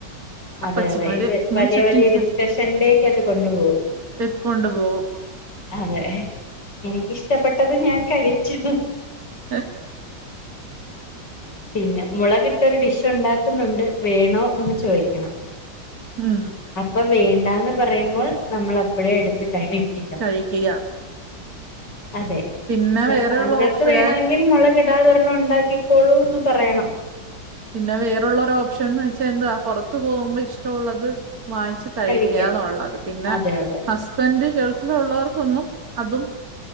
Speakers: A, on the right (about 55°); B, on the left (about 75°).
A: അപ്പച്ചിമാര്
B: അതെ അതെ ഇത്
A: ഇങ്ങനെ
B: വലിയ
A: ചുറ്റും
B: വലിയ ഡിസ്കഷനിലേക്ക് അത് കൊണ്ടുപോവും
A: എത് കൊണ്ട്പോവും
B: അതെ എനിക്കിഷ്ടപ്പെട്ടത് ഞാൻ കഴിച്ചു
A: ആ
B: പിന്നെ മുളകിട്ടൊരു ഡിഷ് ഉണ്ടാക്കുന്നുണ്ട് വേണോ എന്ന് ചോയിക്ക ക്കണം
A: ഉം
B: അപ്പൊ വേണ്ടാന്ന് പറയുമ്പോൾ നമ്മൾ അപ്പഴേ എടുത്ത് കഴിക്കും
A: കഴിക്കുക
B: അതെ
A: പിന്നെ വേറെയുള്ള
B: താങ്കൾക്ക്
A: ഓപ്ഷൻ
B: വേണമെങ്കിൽ മുള കിടാ തൊരണ്ണം ഉണ്ടാക്കിക്കോളൂന്ന് പറയണം
A: പിന്നെ വേറൊള്ളൊരു ഓപ്ഷൻ എന്ന് വെച്ചാൽ എന്താ പൊറത്ത് പോകുമ്പോ ഇഷ്ടമുള്ളത് വാങ്ങിച്ചി കഴിക്കാന്നുള്ളത്
B: കഴിക്കാം
A: പിന്നെ
B: അതെ അതെ
A: ഹസ്ബൻഡ് ഗൾഫിലുള്ളവർക്കൊന്നും അതും